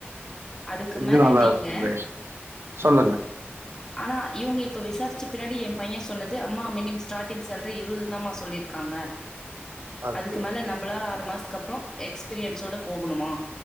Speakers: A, on the left (about 15°); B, on the right (about 75°).
A: அதுக்கு
B: இது
A: மேல
B: நல்லா
A: நீங்க
B: இருக்குங்களே சொல்லுங்க
A: ஆனால் இவங்க இப்போ விசாரிச்ச பின்னாடி என் பையன் சொன்னது அம்மா மினிமம் ஸ்டார்ட்டிங் சேலரி இருபது தாம்மா சொல்லியிருக்காங்க
B: ஓகே
A: அதுக்கு மேல நம்மளா ஆறு மாசத்துக்கு அப்புறம் எஸ்பீரியன்ஸோடு போகணுமா